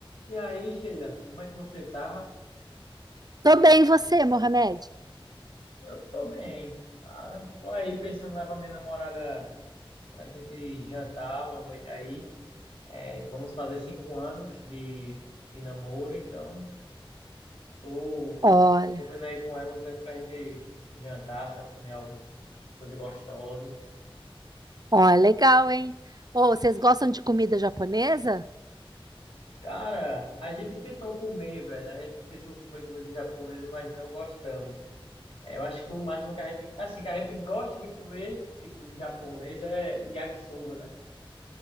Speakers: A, on the left; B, on the right.
A: E aí, Sheila, como é que você tá?
B: Tô bem, e você, Mohamed?
A: Eu tô bem, cara. Tô aí pensando em levar minha namorada pra gente jantar uma noite aí. É, vamos fazer cinco anos de, de namoro, então tô,
B: Olha,
A: tô vendo aí com ela um canto pra gente jantar, sabe, comer alguma coisa gostosa.
B: olha, legal, hein? Ô, vocês gostam de comida japonesa?
A: Cara, a gente tentou comer, velho. A gente tentou comer comida japonesa, mas não gostamos. É, eu acho que o máximo que a gente, assim, que a gente gosta de comer, tipo de japonês, é yakisoba, né?